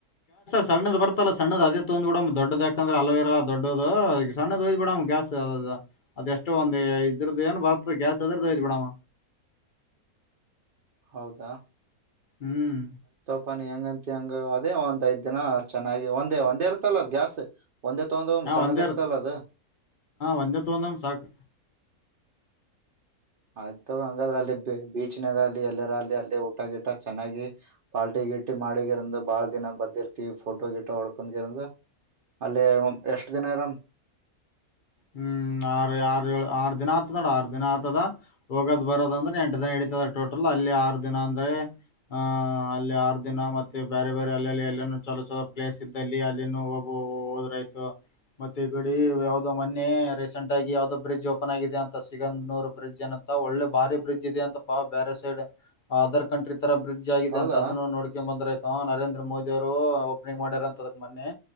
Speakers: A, on the left; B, on the right.
A: ಸಣ್ಣದ ಬರ್ತಲ್ಲ ಸಣ್ಣದ ಅದೇ ತೊಂಕೊಂದು ಬಿಡಮ ದೊಡ್ದುದು ಅಲ್ಲೋ ಇರಲ್ಲ ದೊಡ್ಡದು ಸಣ್ಣದೋಯ್ ಬಿಡಮ್ ಗ್ಯಾಸ್ ಅದು ಅದೆ ಎಷ್ಟೋ ಒಂದ್ ಇದ್ರದ್ದ ಏನು ಬರ್ತ ಗ್ಯಾಸ್ ಅದ್ರದ್ದು ಇದ್ ಬಿಡಮ್ಮ
B: ಹೌದಾ
A: ಹ್ಮ್
B: ಪಾ ನೀನು ಹೆಂಗತಿಯ ಹೆಂಗ ಅದೇ ಒಂದ್ ಐದ ದಿನ ಚೆನ್ನಾಗಿ ಒಂದೇ ಒಂದ್ ಇರ್ತಲ್ಲ ಅದ್ ಗ್ಯಾಸ್ ಒಂದೇ ತಗೊಂಡು
A: ಹಾ
B: ಸಣ್ಣದ್
A: ಒಂದೇ
B: ಇರ್ತಲ್ಲ
A: ಇರುತ್ತೆ
B: ಅದು
A: ಒಂದೇ ತಕೊಳೋಣ ಸಾಕ್
B: ಆಯ್ತ ಹಂಗಾದ್ರ ಅಲ್ಲಿ ಬೀಚ್ನಾಗ ಅಲ್ಲಿ ಎಲ್ಲರ ಅಲ್ಲಿ ಅಲ್ಲಿ ಊಟ ಗಿಟ ಚೆನ್ನಾಗಿ ಪಾರ್ಟಿ ಗಿಟ ಮಾಡಿಗಿರಂದ ಬಹಳ ದಿನ ಬಂದಿರ್ತೀವಿ ಫೋಟೋ ಗಿಟ ಹೊಡ್ಕೊಂಡು ಅಲ್ಲೇ ಎಷ್ಟ ದಿನ ಇರಾಮ್
A: ಹ್ಮ್ ಆರು ಆರ ಏಳು ಆರ್ ದಿನ ಆತದ ನೋಡ್ ಆರ್ ದಿನ ಆತದ ಹೋಗದ್ ಬರದ ಅಂದ್ರೆ ಎಂಟ್ ದಿನ ನೆಡಿತಾಡೇ ಟೋಟಲ್ ಅಲ್ಲಿ ಆರು ದಿನ ಅಂದ್ರೆ ಆಹ ಅಲ್ಲಿ ಆರು ದಿನ ಮತ್ತೆ ಬೇರೆ ಬೇರೆ ಅಲ್ಲಿಲ್ಲಿ ಎಲ್ಲ ಚಲೋ ಚಲೋ ಪ್ಲೇಸ್ ಇದ್ದಲ್ಲಿ ಅಲ್ಲಿನು ಹೋಗಬೇಕು ಹೋದ್ರ ಆಯ್ತು ಮತ್ತೆ ಮೊನ್ನೆ ರೀಸೆಂಟ್ ಆಗ ಯಾವೋದು ಬ್ರಿಡ್ಜ್ ಓಪನ್ ಆಗಿದೆ ಅಂತ ಸಿಗಂದ್ನೂ ಬ್ರಿಡ್ಜ್ ಏನಂತ ಒಳ್ಳೆ ಬಾರಿ ಬ್ರಿಡ್ಜ್ ಇದಿಯಂತೆ ಪ್ಪಾ ಬ್ಯಾರೆ ಸೈಡ್ ಅದರ್ ಕಂಟ್ರಿ ತರ ಬ್ರಿಡ್ಜ್ ಆಗಿದೆ
B: ಹೌದಾ
A: ಅಂತ ಅದನ್ನು ನೋಡ್ಕೊ ಬಂದ್ರ ಆಯ್ತು ನರೇಂದ್ರ ಮೋದಿ ಅವರು ಓಪನಿಂಗ್ ಮಾಡಾರ ಅಂತ ಅದಕ್ ಮನ್ನೆ